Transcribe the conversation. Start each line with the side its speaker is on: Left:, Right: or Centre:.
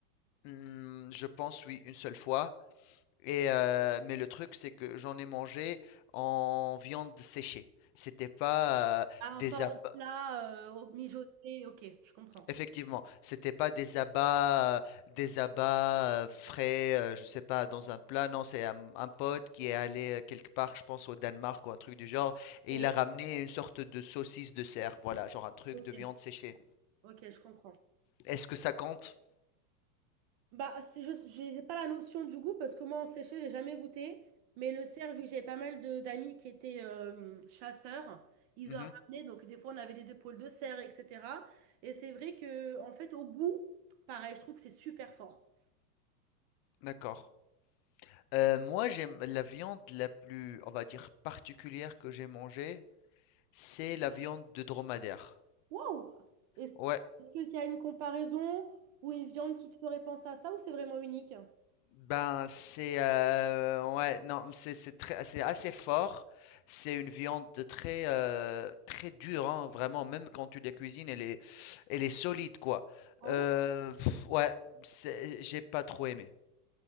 Left: hmm, je pense, oui, une seule fois. Et, euh, mais le truc, c'est que j'en ai mangé en viande séchée. C'était pas euh,
Right: Ah,
Left: des
Right: pas en
Left: abats.
Right: plat, euh, au- mijoté. Ok, je comprends.
Left: Effectivement, c'était pas des abats, euh, des abats euh, frais, euh, je sais pas, dans un plat. Non, c'est un, un pote qui est allé euh, quelque part, je pense au Danemark ou un truc du genre, et
Right: Oui.
Left: il a ramené une sorte de saucisse de cerf. Voilà, genre un truc
Right: Ok,
Left: de viande séchée.
Right: ok, je comprends.
Left: Est-ce que ça compte?
Right: Bah, c'est juste, j'ai pas la notion du goût parce que moi, en séché, j'ai jamais goûté. Mais le cerf, vu que j'avais pas mal de d'amis qui étaient euh, chasseurs, ils
Left: Mhm,
Right: ont ramené. Donc, des fois, on avait des épaules de cerf, etc. Et c'est vrai que, en fait, au goût, pareil, je trouve que c'est super fort.
Left: d'accord. Euh, moi, j'aime la viande la plus, on va dire, particulière que j'ai mangée, c'est la viande de dromadaire.
Right: Waouh! Et c-
Left: Ouais,
Right: Est-ce qu'il y a une comparaison ou une viande qui te ferait penser à ça ou c'est vraiment unique?
Left: Ben, c'est euh, ouais, non, c'est c'est très, c'est assez fort. C'est une viande de très euh, très dure, hein, vraiment. Même quand tu la cuisines, elle est, elle est solide, quoi.
Right: Ah
Left: Euh,
Right: ouais?
Left: pff, ouais, c'est- j'ai pas trop aimé.